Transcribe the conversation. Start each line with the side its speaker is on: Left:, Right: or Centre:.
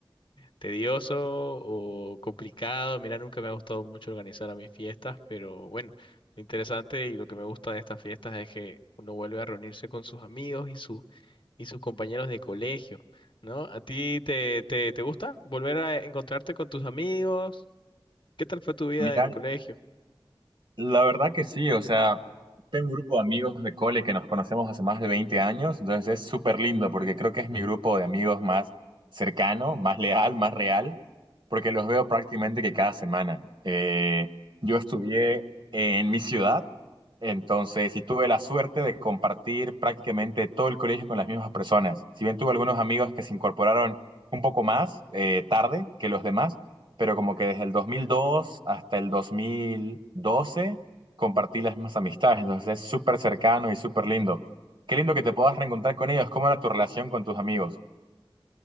Left: tedioso o complicado. Mira, nunca me ha gustado mucho organizar a mis fiestas, pero bueno, lo interesante y lo que me gusta de estas fiestas es que uno vuelve a reunirse con sus amigos y sus y sus compañeros de colegio, ¿no? ¿A ti te, te, te gusta volver a encontrarte con tus amigos? ¿Qué tal fue tu vida
Right: Mira,
Left: en el colegio?
Right: La verdad que sí, o sea, tengo un grupo de amigos de cole que nos conocemos hace más de 20 años, entonces es súper lindo porque creo que es mi grupo de amigos más cercano, más leal, más real, porque los veo prácticamente que cada semana. Eh, yo estudié en mi ciudad, entonces y tuve la suerte de compartir prácticamente todo el colegio con las mismas personas. Si bien tuve algunos amigos que se incorporaron un poco más eh, tarde que los demás, pero como que desde el 2002 hasta el 2012 compartí las mismas amistades, entonces es súper cercano y súper lindo. Qué lindo que te puedas reencontrar con ellos, cómo era tu relación con tus amigos.